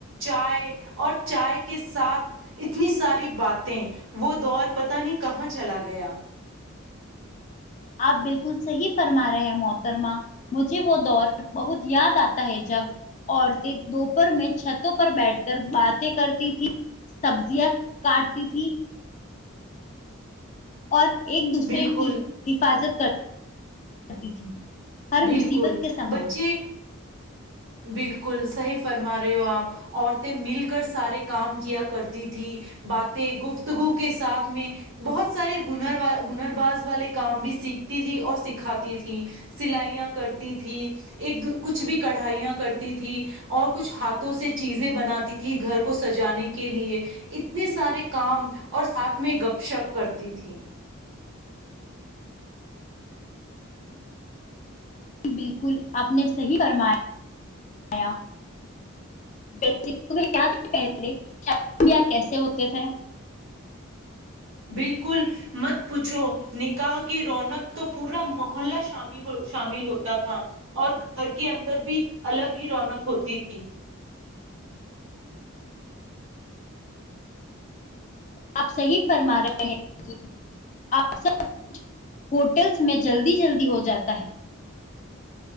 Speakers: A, on the right (about 65°); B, on the left (about 35°).
A: چائے اور چائے کے ساتھ اتنی ساری باتیں وہ دور پتا نہیں کہاں چلا گیا
B: آپ بالکل صحیح فرما رہے ہیں محترما مجھے وہ دور بہت یاد آتا ہے جب عورتیں دوپہر میں چھتوں پر بیٹھ کر باتیں کرتی تھیں سبزیاں کاٹتی تھیں اور ایک دوسرے
A: بالکل
B: کی حفاظت کر کر ہر
A: بالکل
B: مصیبت کے سمے
A: بچے بالکل صحیح فرما رہے ہو آپ عورتیں مل کر سارے کام کیا کرتی تھی باتیں گفتگو کے ساتھ میں بہت سارے ہنر ہنر باز والے کام بھی سیکھتی تھی اور سکھاتی تھی سلائیاں کرتی تھی ایک کچھ بھی کڑھائیاں کرتی تھی اور کچھ ہاتھوں سے چیزیں بناتی تھی گھر کو سجانے کے لیے اتنے سارے کام اور ساتھ میں گپ شپ کرتی تھیں
B: بالکل آپ نے صحیح فرمایا <unintelligible>
A: بالکل مت پوچھو نکاح کی رونق تو پورا محلہ شامل ہو شامل ہوتا تھا اور گھر کے اندر بھی الگ ہی رونق ہوتی تھی
B: آپ صحیح فرما رہے ہیں آپ سب کچھ ہوٹلس میں جلدی جلدی ہو جاتا ہے